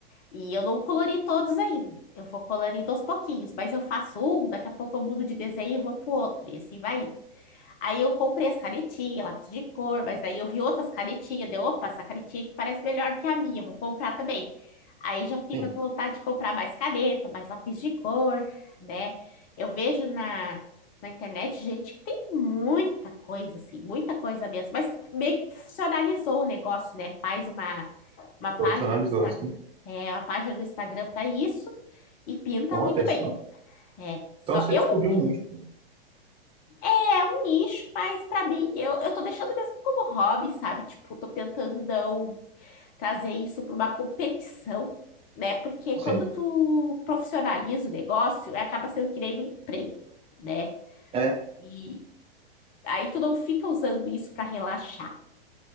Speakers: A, on the left; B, on the right.
A: E eu não colori todos ainda. Eu vou colorindo aos pouquinhos, mas eu faço um, daqui a pouco eu mudo de desenho e vou pro outro, e assim vai indo. Aí eu comprei as canetinhas, lápis de cor, mas aí eu vi outras canetinhas, deu, opa, essa canetinha que parece melhor do que a minha, vou comprar também. Aí já fica
B: Sim,
A: com vontade de comprar mais caneta, mais lápis de cor, né? Eu vejo na, na internet gente que tem muita coisa, assim, muita coisa mesmo, mas que meio que profissionalizou o negócio, né? Faz uma, uma página
B: profissionalizou
A: no Instagram,
B: assim.
A: é, uma página no Instagram para isso e pinta
B: Olha
A: muito bem.
B: só.
A: É,
B: Então
A: só
B: você
A: eu
B: descobriu
A: não,
B: um nicho. né?
A: é um nicho, mas pra mim, eu, eu tô deixando mesmo como hobby, sabe? Tipo, tô tentando não trazer isso pra uma competição, né? Porque quando
B: Sim,
A: tu profissionaliza o negócio, é, acaba sendo que nem um emprego, né?
B: é,
A: E aí tu não fica usando isso pra relaxar.